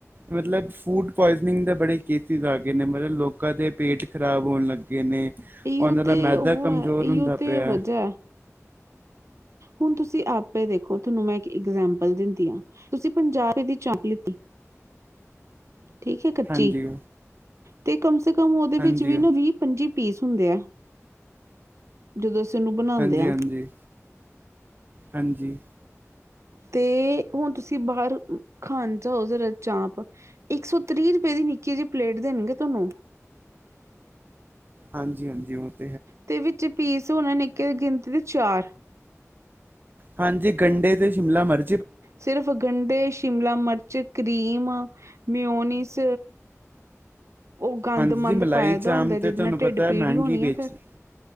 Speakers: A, on the right; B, on the right.
A: ਮਤਲਬ ਫੂਡ ਪੁਆਇਜ਼ਨਿੰਗ ਦੇ ਬੜੇ ਕੇਸਿਸ ਆ ਗਏ, ਨੇ ਮਤਲਬ ਲੋਕਾਂ ਦੇ ਪੇਟ ਖ਼ਰਾਬ ਹੋਣ ਲੱਗ ਨੇ
B: ਇਹੀਓ
A: ਓਹਨਾਂ
B: ਤੇ
A: ਦਾ ਮੈਦਾ
B: ਉਹ
A: ਕਮਜ਼ੋਰ
B: ਹੈ ਇਹੀਓ
A: ਹੁੰਦਾ
B: ਤੇ
A: ਪਿਆ
B: ਵਜ੍ਹਾ
A: ਐ।
B: ਹੈ ਹੁਣ ਤੁਸੀ ਆਪੇ ਦੇਖੋ ਤੁਹਨੂੰ। ਮੈਂ ਇਕ ਇਗਜਾਮਪਲ ਦਿੰਦੀ ਆ ਤੁਸੀ ਪੰਜਾਹ ਰੁਪਏ ਦੀ ਚਾਪ ਲਿਤੀ। ਠੀਕ ਐ ਕੱਚੀ,
A: ਹਾਂਜੀ
B: ਤੇ ਕਮ ਸੇ ਕਮ ਓਹਦੇ
A: ਹਾਂਜੀ
B: ਵਿੱਚ ਵੀ ਨਾ ਵੀਹ ਪੰਜੀ ਪੀਸ ਹੁੰਦੇ ਆ, ਜਦੋਂ ਅਸੀ ਓਨੂੰ ਬਣਾਦੇ
A: ਹਾਂਜੀ
B: ਆਂ।
A: ਹਾਂਜੀ ਹਾਂਜੀ।
B: ਤੇ ਹੁਣ ਤੁਸੀ ਬਾਰ ਖਾਣ ਜਾਓ ਜਰਾ ਚਾਪ। ਇੱਕ ਸੌ ਤ੍ਰੀਹ ਰੁਪਏ ਦੀ ਨਿਚੀ ਜਿਹੀ ਪਲੇਟ ਦੇਣਗੇ ਤੁਹਾਨੂੰ।
A: ਹਾਂਜੀ, ਹਾਂਜੀ ਹੋ।
B: ਤੇ ਵਿੱਚ ਪੀਸ ਹੋਣੇ ਨਿੱਕੇ ਗਿਣਤੀ ਦੇ ਚਾਰ।
A: ਹਾਂਜੀ ਗੰਡੇ ਤੇ ਸ਼ਿਮਲਾ ਮਰ
B: ਸਿਰਫ਼ ਗੰਢੇ, ਸ਼ਿਮਲਾ ਮਿਰਚ, ਕਰੀਮ, ਮਿਓਨਿਸ। ਓ ਗੰਦ
A: ਹਾਂਜੀ ਜੀ
B: ਮੰਦ
A: ਮਲਾਈ
B: ਪਾਇਆ
A: ਚਾਂਪ
B: ਦਾ ਹੁੰਦਾ ਜਿਹਦੇ
A: ਤੇ ਤੁਹਾਨੂੰ
B: ਨਾਲ
A: ਪਤਾ
B: ਢਿੱਡ
A: ਹੈ
B: ਪੀੜ
A: ਮਹਿੰਗੀ
B: ਈ ਹੋਣੀ
A: ਵੇਚਦੇ
B: ਆ ਫੇਰ।